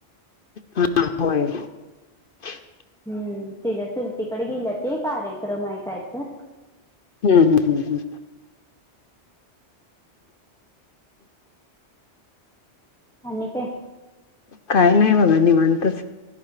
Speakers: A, on the left; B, in the centre.
A: हा होय. <unintelligible>
B: हम्म तिच्या चुलतीकडे गेल्या ते कार्यक्रम आहे काय तर.
A: हम्म हम्म हम्म
B: अन काय... <unintelligible>
A: काय नाही बघा निवांतच